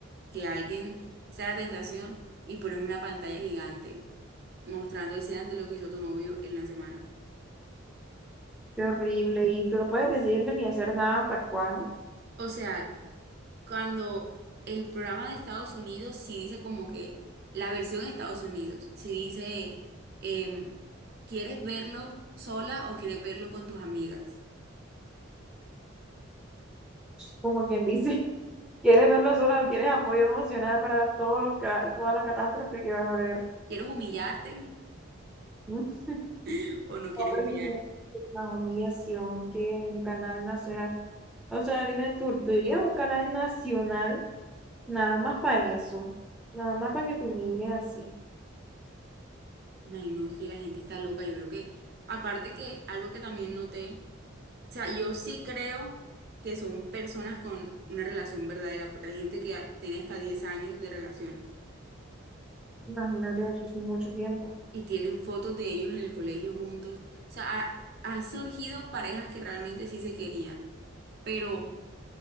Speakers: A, on the right; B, in the centre.
A: que alguien sea la tentación y ponen una pantalla gigante mostrando escenas de lo que hizo tu novio en la semana.
B: Qué horrible. Y tú no puedes decirle ni hacer nada hasta cuándo,
A: O sea, cuando el programa de Estados Unidos sí dice como que la versión de Estados Unidos, sí dice, em, ¿quieres verlo sola o quieres verlo con tus amigas?
B: como quien dice. ¿Quieres verlo sola o quieres apoyo emocional para todo lo que, toda la catástrofe que vas a ver?
A: ¿Quieres humillarte
B: Uf,
A: <laughs> o no quieres
B: No, pero
A: humillarte?
B: es que es una humillación que un canal nacional. O sea, dime tú, ¿tú irías a un canal nacional nada más para eso? Nada más para que te humillen así.
A: Ay, no, es que la gente está loca. Yo creo que, aparte que algo que también noté sea, yo sí creo que son personas con una relación verdadera, porque hay gente que tiene hasta 10 años de relación
B: Imagínate, eso es mucho tiempo.
A: y tienen fotos de ellos en el colegio juntos. O sea, ha- han surgido parejas que realmente sí se querían, pero